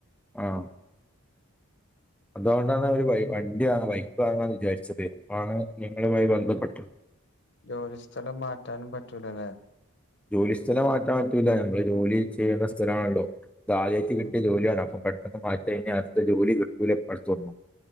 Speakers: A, in the centre; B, on the left.
A: ആഹ് അതോണ്ടാണ് ഒര് വണ്ടി വാങ്ങാ ബൈക്ക് വാങ്ങാന്ന് വിചാരിച്ചത് അതാണ് നിങ്ങളുമായി ബന്ധപ്പെട്ട്
B: ജോലിസ്ഥലം മാറ്റാനും പറ്റൂലല്ലേ
A: ജോലി സ്ഥലം മാറ്റാൻ പറ്റൂല നമ്മള് ജോലി ചെയ്യുന്ന സ്ഥലമാണല്ലോ ഇതാദ്യായിട്ട് കിട്ടിയ
B: ഉം
A: ജോലിയാണ് അപ്പം പെട്ടെന്ന് മാറ്റി കഴിഞ്ഞാ അടുത്ത ജോലി കിട്ടൂലപ്പ അടുത്തൊന്നും